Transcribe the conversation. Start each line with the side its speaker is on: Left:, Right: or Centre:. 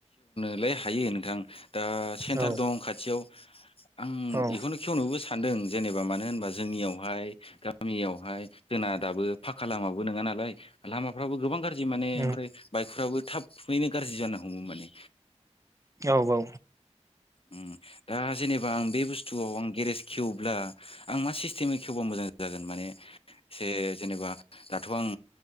Left: बे हायो नोंथां दा सेन्टार
Right: औ
Left: दं खाथियाव। आं
Right: औ
Left: इखौनो खेवनोबो सान्दों। जेनेबा मानो होनबा जोंनियावहाय गामियावहाय जोंना दाबो फाक्का लामाबो नङा नालाय लामाफ्राबो गोबां गाज्रि माने
Right: उम
Left: ओमफ्राय बाइकफ्राबो थाब फुयैनो गाज्रि जानो हमो माने।
Right: औ औ।
Left: उम दा जेनेबा आं बे बुस्थुआव आं गेरेज खेवब्ला आं मा सिस्टेमे खेवबा मोजां जागोन माने एसे जेनेबा दाथ' आं